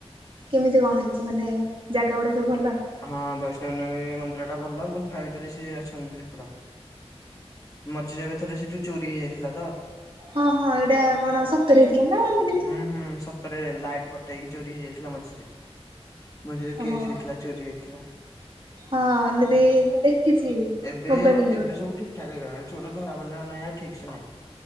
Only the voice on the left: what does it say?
ହଁ ବୈଷ୍ଣବ ଦେବୀ ମନ୍ଦିରଟା ଭଲ, ଗୁମ୍ଫା ଭିତରେ ସିଏ ଅଛନ୍ତି ଠାକୁର। ମଝିରେ ଏବେ ଥରେ ସେଠୁ ଚୋରି ହେଇଯାଇଥିଲା ତ।
ହୁଁ- ହୁଁ ସତରେ ଲାଇଟ୍ ପ କେଇ ଚୋରି ହେଇଯାଇଥିଲା ମଝିରେ, ମଝିରେ
କେସ୍ ହେଇଥିଲା ଚୋରି ହେଇଥିଲା।
ଏବେ
ଏବେ ସବୁ ଠି ଠିକଠାକ ହେଇଗଲାଣି। ଚୋର ଧରା ପଇଲାଣି ନା ନାହିଁ ଆଉ ଠିକ୍ ସେ ନାଇଁ,